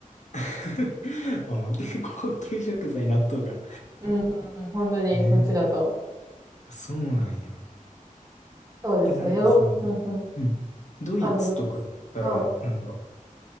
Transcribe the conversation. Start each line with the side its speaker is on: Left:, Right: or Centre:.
Left: <laughs> あの、<laughs> 高級食材、納豆が。
Right: うん、うん、うん、本当に、
Left: ええ、
Right: こっちだと。
Left: あ、そうなんや。
Right: そうですね。
Left: え、なんかその、
Right: よ、うん、うん。
Left: うん。ドイツとか行ったら、
Right: あ、どうぞ。はい。
Left: なんか、